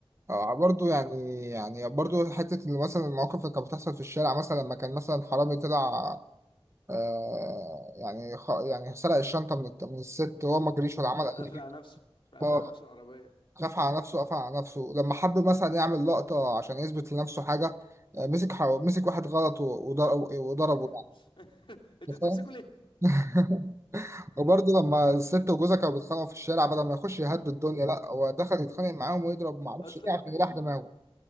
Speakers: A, on the right (about 30°); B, on the left (about 60°).
A: آه برضه
B: ف...
A: يعني يعني برضه حته اللي مثلا المواقف اللي كانت بتحصل في الشارع مثلا لما كان مثلا حرامي طلع آه يعني خ... يعني سرق الشنطه من الت- من الست وهو ما جريش ولا عمل
B: راح
A: اي
B: قافل
A: حاجه
B: على نفسه راح قافل
A: اه
B: على نفسه العربية
A: خاف على نفسه قفل على نفسه لما حب مثلا يعمل لقطه عشان يثبت لنفسه حاجه آه مسك ح... مسك واحد غلط و- وضر- وضربه
B: <laughs>
A: يعني
B: أنت
A: أنت
B: بتمسكوا
A: فاهم
B: ليه؟
A: <laughs> وبرضه لما الست وجوزها كانوا بيتخانقوا في الشارع بدل ما يخش يهدي الدنيا لا هو دخل يتخانق معاهم ويضرب ما اعرفش
B: أصلا
A: ايه عشان
B: ال...
A: يريح دماغه